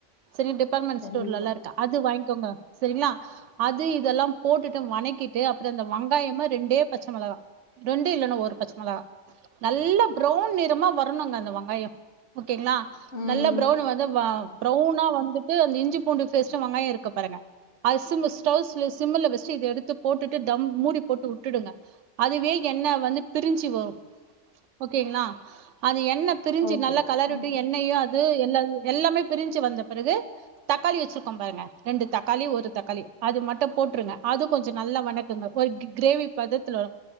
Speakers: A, on the right; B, on the left.
A: சரிங்க டிபார்ட்மெண்ட்
B: கண்டிப்பா
A: ஸ்டோர்ல எல்லாம் இருக்கு அது வாங்கோங்க சரிங்களா அது இதெல்லாம் போட்டுட்டு வணக்கிட்டு அப்புறம் அந்த வெங்காயமா ரெண்டே பச்ச மிளகா ரெண்டும் இல்லன்னா ஒரு பச்ச மிளகா நல்ல ப்ரவுன் நிறமா வரணும்ங்க அந்த வெங்காயம் ஓகேங்களா
B: ம்
A: நல்ல ப்ரவுன் வந்து வா ப்ரௌனா வந்துட்டு அந்த இஞ்சி பூண்டு பேஸ்ட்டு வெங்காயோ இருக்கு பாருங்க அஸ்சுமிஸ். ஸ்டவ்ஸ்ல சிம்ல வச்சு எடுத்து போட்டுட்டு டம் மூடி போட்டு வுட்டுடுங்க அதுவே என்ன. வந்து பிரிஞ்சி வரு. ஓகேங்களா அது என். எண்ணப்பிரிஞ்சு
B: ஓகே
A: நல்லா கலருட்டு
B: ம்
A: எண்ணெயு அது. து எல் எல்லாமே பிரிஞ்சு வந்த பிறகு. தக்காளி வச்சிருக்கோம் பாருங்க ரெண்டு தக்காளி ஒரு தக்காளி. அது மட்டும் போட்டுருங்க அது கொஞ்சோ நல்லா வணக்குங்க ஒரு கிரேவி பதத்துல வரும்.